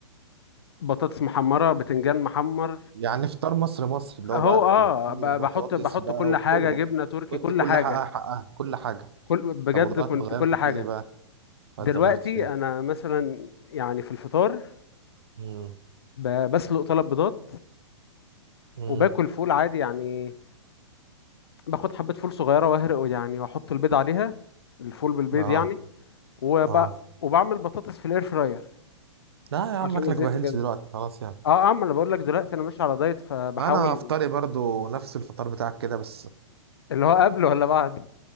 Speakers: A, on the left (about 55°); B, on the right (about 55°).
A: بطاطس محمره بتنجان محمر
B: يعني فطار مصر مصر اللي
A: اهو
B: هو بقى
A: اه
B: الفول
A: ب-
B: والبطاطس
A: بحط بحط
B: بقى
A: كل
B: وكله
A: حاجه جبنه تركي
B: كنت
A: كل
B: كل
A: حاجه
B: حقها حقها كل حاجة
A: كل بجد
B: طب ودلوقتي
A: كنت
B: اتغيرت
A: كل حاجه
B: في ايه بقى؟
A: دلوقتي
B: دلوقتي اتغيرت في ايه؟
A: انا مثلا يعني في الفطار
B: امم
A: ب- بسلق طلب بيضات
B: امم
A: وباكل فول عادي يعني باخد حبه فول صغيره واهرقه يعني واحط البيض عليها الفول بالبيض
B: اه
A: يعني وب...
B: اه
A: وبعمل بطاطس في الاير فراير
B: لا يا عم
A: عشان
B: اكلك
A: الزيت
B: بهلش
A: وكده
B: دلوقتي خلاص يعني
A: اه اه ما انا بقول لك دلوقتي انا ماشي على دايت فبحاول
B: انا فطاري برضو نفس الفطار بتاعك كده بس
A: اللي هو قبل ولا بعد